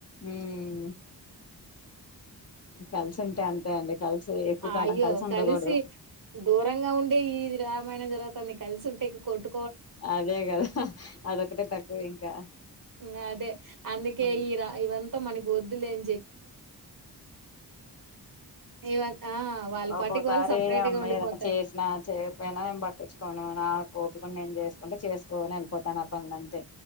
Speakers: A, on the left (about 40°); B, on the right (about 55°).
A: హ్మ్ కల్సుంటే అం తే అండి కలిసి ఎక్కువ కాలం
B: అయ్యో
A: ఉండకూడదు
B: కలిసి దూరంగా ఉండే ఈ రామాయణం జరుగతంది అన్ని కల్సి ఉంటే ఇగ కొట్టు
A: అదే కదా అదొక్కటే తక్కువ ఇంకా
B: ఇంగ అదే అందుకే
A: ఉమ్
B: ఈ రా ఇవంత మనకి వద్దులేన్ ఇవ ఆ! వాళ్ళ
A: ఒక్కోసారి
B: పాటికి వాళ్ళు సెపరేట్‌గా
A: అమ్మాయ్
B: ఉండిపోతారు.
A: ఏదైనా చేసినా చేయకపోయినా ఏం పట్టించుకోను నాకు, టిఫెన్ నేను చేసుకుంటే చేసుకోని వెళ్ళిపోతాను ఆ పనులంతే